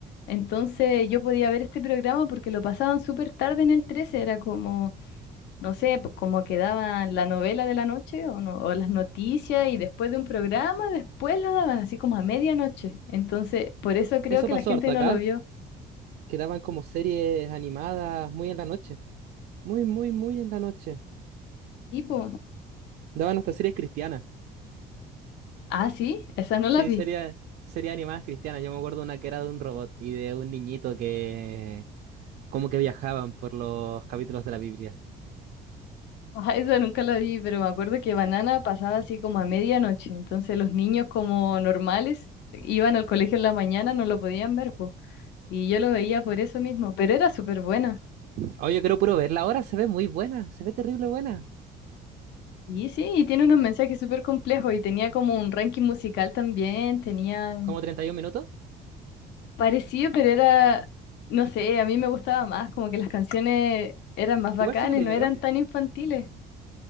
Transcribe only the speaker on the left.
Entonces yo podía ver este programa porque lo pasaban súper tarde en el trece era como, no sé, po- como que daban la novela de la noche o, no- o las noticias y después de un programa, después lo daban así como a medianoche. Entonces, por eso creo
que
la gente
no
lo vio.
Tipo,
ah, sí, esa no
la vi.
Ajá, eso nunca lo vi, pero me acuerdo que Banana pasaba así como a medianoche, entonces los niños como normales iban al colegio en la mañana, no lo podían ver, po, y yo lo veía por eso mismo, pero era súper bueno.
Y sí, y tiene unos mensajes súper complejos y tenía como un ranking musical también, tenía
parecido, pero era, no sé, a mí me gustaba más, como que las canciones eran más bacanas,
no eran tan infantiles.